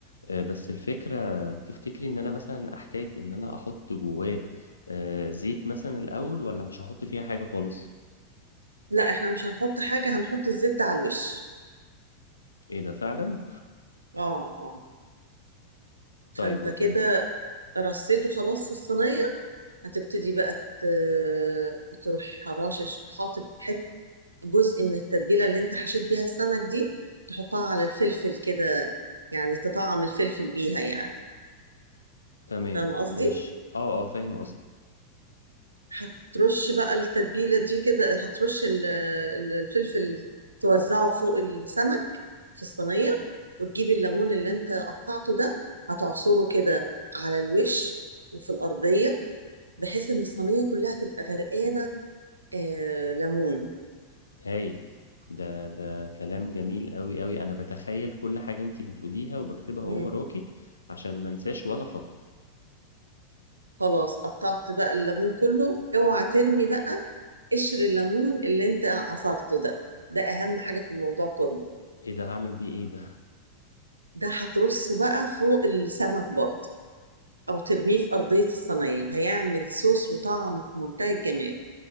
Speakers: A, on the left; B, on the right.
A: آه، بس الفكرة تفتكري ان انا مثلا احتاج ان انا احط جواه آه، زيت مثلا الاول ولا مش هحط فيها حاجة خالص
B: لا احنا مش هنحط حاجة هنحط الزبدة على الوش
A: ايه ده فعلا
B: اه اه فانت
A: طيب اوكي
B: كده رصيته خلاص في الصينية هتبتدي بقى ت- تروح حراشش حاطط حت جزء من التتبيلة اللي انت حشيت بيها السمك دي تحطها على الفلفل كده يعني تطعم الفلفل بيها يعني
A: تمام
B: فاهم قصدي؟
A: ماشي اه اه فاهم قصدك
B: هترش بقى التتبيلة دي كده هترش ال- ال- الفلفل توزعه فوق السمك في الصينية وتجيب الليمون اللي انت قطعته ده هتعصره كده على الوش وفي الأرضية بحيث ان الصينية كلها تبقى غرقانة آه ليمون
A: هايل ده ده كلام جميل قوي قوي انا بتخيل كل حاجة انتي بتقوليها وبكتبها
B: مم.
A: هو وراكي عشان ما انساش ولا خطوة
B: خلاص قطعت بقى الليمون كله اوعى ترمي بقى قشر الليمون اللي انت عصرته ده ده أهم حاجة في الموضوع كله
A: ايه ده هعمل بيه ايه ده
B: ده هترصه بقى فوق السمك برضه أو ترميه في أرضية الصينية هيعمل صوص وطعم في منتهى الجمال